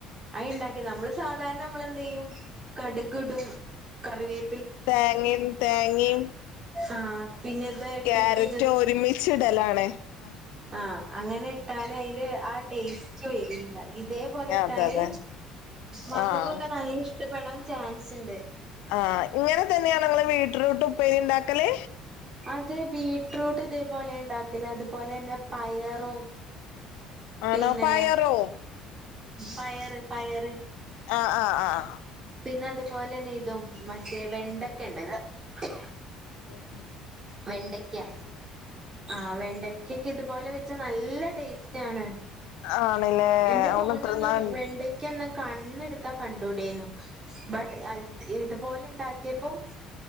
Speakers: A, on the right (about 25°); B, on the left (about 60°).
A: അഅ്ണ്ടാക്കിയ നമ്മള് സാധാരണ നമ്മളെന്തെയ്യും കടുകിടും കറിവേ
B: തേങ്ങിം തേങ്ങിം
A: ആഹ് പിന്നെ ഇത് ഇട്ടിട്ട്
B: ക്യാരറ്റ് ഒരുമിച്ചിടലാണ് <unintelligible>
A: ആ അങ്ങനെ ട്ടാല് അയ്ൻ്റെ ആ ടേസ്റ്റ് വെരില്ല ഇതേപോലെ ഇട്ടാല്
B: അതെ അതെ
A: മക്കക്കൊക്കെ
B: ആഹ്
A: നല്ല ഇഷ്ടപ്പെടാൻ ചാൻ ച്ച്ണ്ട്
B: ആ ഇങ്ങനെ തന്നെണോ ങ്ങള് വീട്ട്റൂട്ടുപ്പേരി ണ്ടാക്കല്
A: അത് ബീറ്റ്റൂട്ട് ഇത്പോലെ ണ്ടാക്കല് അതുപോലെന്നെ പയറോ
B: ആണോ
A: പിന്നെ
B: പയറോ
A: പയറ് പയറ്
B: ആഹ് ആഹ് ആഹ്
A: പിന്നെ അത്പോലെ ന്നെ ഇതും മറ്റേ വെണ്ട <unintelligible>
B: ഉം
A: വെണ്ടക്ക്യ ആ വെണ്ടക്ക്യക്കെ ഇത്പോലെ വെ ച നല്ല ടേസ്റ്റാണ്
B: ആണ്ല്ലേ
A: എന്റെ മോനൊന്നും
B: ഓനെത്രന്നാൾ
A: വെണ്ടയ്ക്കൊന്നും കണ്ണെടുത്താ കണ്ടൂടേനു ബട്ട് അൽ ഇത്പോലെ ണ്ടാ ക്ക്യപ്പം